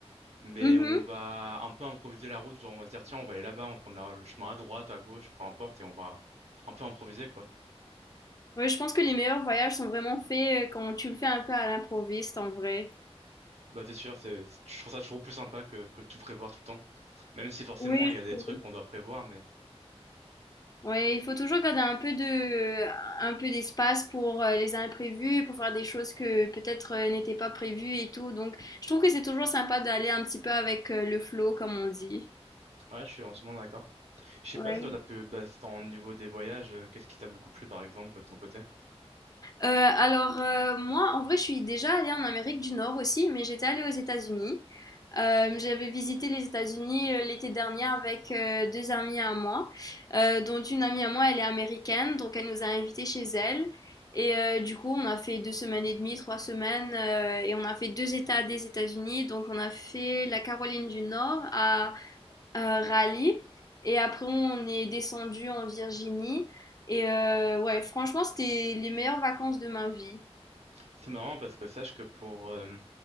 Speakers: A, on the right; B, on the left.
A: Mais
B: Mhm.
A: on va un peu improviser la route, genre on va se dire tiens, on va aller là-bas, on va prendre la- le chemin à droite, à gauche, peu importe, et on va un peu improviser quoi.
B: Oui, je pense que les meilleurs voyages sont vraiment faits euh, quand tu le fais un peu à l'improviste en vrai.
A: Bah c'est sûr, c'est, c'est- je trouve ça toujours plus sympa que, que tout prévoir tout le temps. Même si forcément
B: Oui,
A: il
B: je
A: y a des
B: trouve.
A: trucs qu'on doit prévoir, mais
B: Ouais, il faut toujours garder un peu de, un peu d'espace pour euh, les imprévus, pour faire des choses que peut-être euh, n'étaient pas prévues et tout. Donc, je trouve que c'est toujours sympa d'aller un petit peu avec euh, le flow, comme on dit.
A: ouais, je suis entièrement d'accord. Je sais
B: Ouais.
A: pas si toi t'as pu, bah, c'est en niveau des voyages, euh, qu'est-ce qui t'a beaucoup plu par exemple de ton côté?
B: Heu, alors, heu, moi, en vrai, je suis déjà allée en Amérique du Nord aussi, mais j'étais allée aux États-Unis. Hem, j'avais visité les États-Unis, heu, l'été dernier avec, heu, 2 amies à moi, heu, dont une amie à moi, elle est américaine, donc elle nous a invités chez elle et heu, du coup, on a fait 2 semaines et demie, 3 semaines, heu et on a fait 2 États des États-Unis. Donc on a fait la Caroline du Nord à à Raleigh. Et après, on est descendu en Virginie. Et euh, ouais, franchement, c'était les meilleures vacances de ma vie.
A: C'est marrant parce que sache que pour euh,